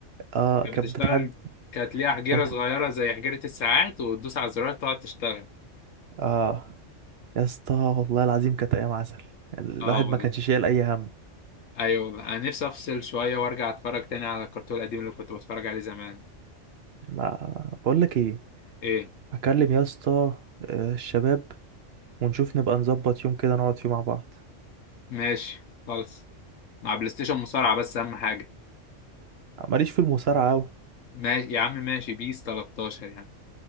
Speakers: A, on the right (about 60°); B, on the left (about 85°).
A: اه
B: كانت
A: كانت
B: بتشتغل
A: بتحد
B: كانت ليها حجيره
A: ك...
B: صغيره زي حجيره الساعات وتدوس على الزرار تقعد تشتغل
A: اه يا اسطى والله العظيم كانت ايام عسل الواحد
B: اه والله
A: ما كانش شايل اي هم
B: ايوه والله انا نفسي افصل شويه وارجع اتفرج تاني على الكرتون القديم اللي كنت بتفرج عليه زمان
A: لا بقول لك ايه
B: ايه
A: هكلم يا اسطى آه، الشباب ونشوف نبقى نظبط يوم كده نقعد فيه مع بعض
B: ماشي خالص مع بلاي ستيشن مصارعه بس اهم حاجه
A: ماليش في المصارعه قوي
B: ماشي يا عم ماشي بيس 13 يعني